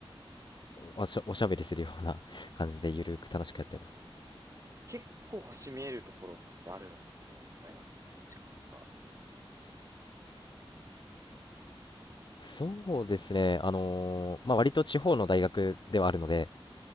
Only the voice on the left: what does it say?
おしゃ、おしゃべりするような <laughs> 感じで緩く楽しくやってます。
そうですね、あのーまあ割と地方の大学ではあるので、